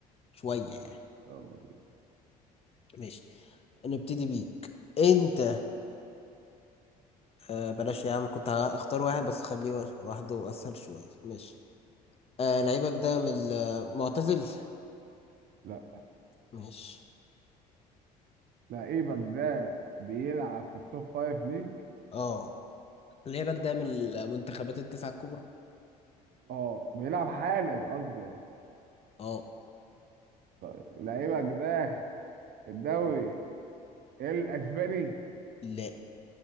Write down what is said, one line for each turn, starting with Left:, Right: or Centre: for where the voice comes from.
Left: شويه
Right: ماشي
Left: يعني
Right: يلا بينا
Left: ماشي نبتدي بيك انت آه بلاش يا عم كنت هختار واحد بس خليه وا- واحده اسهل شويه ماشي آه لعيبك ده من المعتزل
Right: لا
Left: ماشي
Right: لعيبك ده بيلعب في التوب فايف ليج
Left: اه لعيبك ده من المنتخبات التسعه الكبرى
Right: اه بيلعب حالا قصدي يعني
Left: اه
Right: طيب لعيبك ده الدوري الاسباني
Left: لا